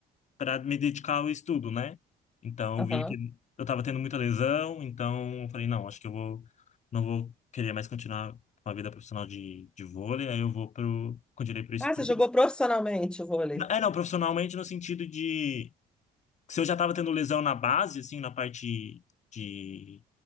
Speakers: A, on the left; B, in the centre.
A: para me dedicar ao estudo, né? Então, eu
B: <laughs> Aham.
A: vi que eu tava tendo muita lesão, então eu falei, não, acho que eu vou, não vou querer mais continuar com a vida profissional de, de vôlei, aí eu vou pro, continuei pro estudo.
B: Ah, você jogou profissionalmente o vôlei.
A: É, não, profissionalmente no sentido de se eu já estava tendo lesão na base, assim, na parte de